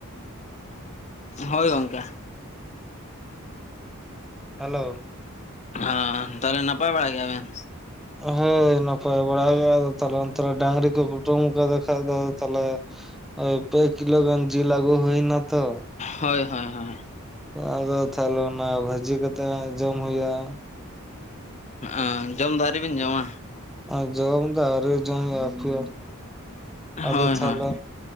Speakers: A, on the left; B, in the centre.
A: ᱦᱳᱭ ᱜᱚᱝᱠᱮ᱾
B: ᱦᱮᱞᱳ
A: ᱦᱟᱸ ᱛᱟᱦᱞᱮ ᱱᱟᱯᱟᱭ ᱵᱟᱲᱟ ᱜᱮᱭᱟ ᱵᱮᱱ?
B: ᱚᱦᱟᱹᱭ ᱱᱟᱯᱟᱭ ᱵᱟᱲᱟ ᱜᱮ ᱟᱫᱚ ᱛᱟᱦᱞᱮ ᱚᱱᱛᱮ ᱨᱮ ᱰᱟᱝᱨᱤ ᱠᱚ ᱠᱩᱴᱟᱹᱢ ᱠᱟᱫᱮ ᱠᱷᱟᱱᱡ ᱫᱚ ᱟᱫᱚ ᱛᱟᱦᱞᱮ ᱳᱭ ᱯᱮ ᱠᱤᱞᱳ ᱜᱟᱱ ᱡᱤᱞ ᱟᱹᱜᱩ ᱦᱩᱭᱱᱟ ᱛᱚ᱾
A: ᱦᱳᱭ ᱦᱳᱭ ᱦᱳᱭ
B: ᱟᱫᱚ ᱛᱷᱟᱦᱞᱮ ᱚᱱᱟ ᱵᱷᱟᱹᱡᱤ ᱠᱟᱛᱮᱸ ᱡᱚᱢ ᱦᱩᱭᱩᱜᱼᱟ
A: ᱚ ᱡᱚᱢ ᱫᱚ ᱟᱹᱣᱨᱤ ᱵᱤᱱ ᱡᱚᱢᱟ
B: ᱟᱸ ᱡᱚᱢ ᱫᱚ ᱟᱹᱣᱨᱤ ᱡᱚᱢ ᱟᱯᱷᱮ ᱟᱫᱚ
A: ᱦᱳᱭ
B: ᱛᱷᱟᱦᱞᱮ
A: ᱦᱳᱭ